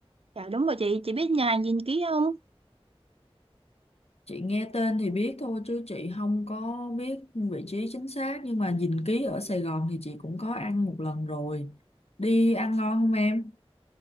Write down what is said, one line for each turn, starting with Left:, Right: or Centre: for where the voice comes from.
Right: Dạ đúng rồi chị, chị biết nhà hàng gìn ký không?
Left: Chị nghe tên thì biết thôi chứ chị không có biết vị trí chính xác. Nhưng mà dình ký ở Sài Gòn thì chị cũng có ăn một lần rồi. Đi ăn ngon không em?